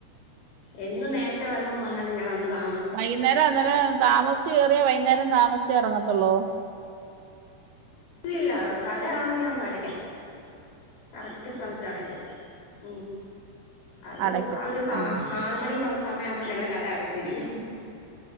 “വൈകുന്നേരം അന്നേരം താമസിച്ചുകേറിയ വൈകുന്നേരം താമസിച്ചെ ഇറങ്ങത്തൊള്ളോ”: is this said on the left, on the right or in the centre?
Right